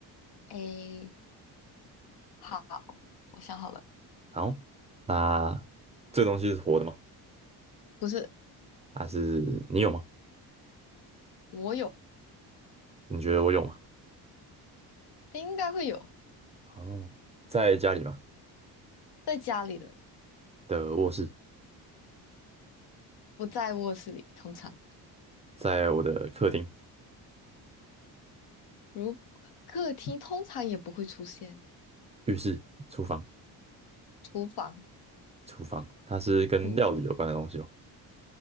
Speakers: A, on the left; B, on the right.
A: 诶，好，我想好了。
B: 好。那这个东西是活的吗？
A: 不是，
B: 还是你有吗？
A: 我有，
B: 你觉得我有吗？
A: 应该会有，
B: 哦，在家里吗？
A: 在家里的，
B: 的卧室，
A: 不在卧室里，通常。
B: 在我的客厅、
A: 如客厅通常也不会出现，
B: 浴室、厨房、
A: 厨房，
B: 厨房。它是跟料理有关的东西吗？
A: 嗯，